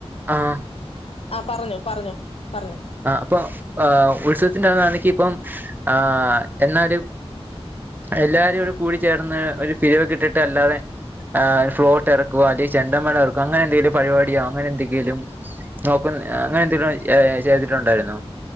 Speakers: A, on the right; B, on the left.
A: ആഹ്
B: ആഹ് പറഞ്ഞോ പറഞ്ഞോ പറഞ്ഞോ
A: ആഹ് അപ്പൊ ഉത്സവത്തിന്റൊണെങ്കി ഇപ്പം ആഹ് എന്നാലും എല്ലാവാരും ഇടെ കൂടി ചേർന്ന് ഒരു പിരിവ് ഇട്ടിട്ട് അല്ലാതെ ആ ഫ്ലോർട്ട് ഇറ അല്ലെ ചെണ്ടമലഇറക്കും അങ്ങനെന്തങ്കലും പരിപാടിയോ അങ്ങ നെ എന്തെങ്കിലും നോക്കുന്ന അങ്ങനെ എന്തെങ്കിലും ചെയ്തിട്ടുണ്ടായിരുന്നോ